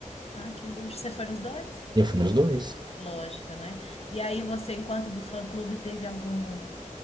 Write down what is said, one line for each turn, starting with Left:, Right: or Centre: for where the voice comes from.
Left: ah, que luxo. Você foi nos dois?
Right: E eu fui nos dois.
Left: Lógico, né? E aí você, enquanto do fã-clube, teve algum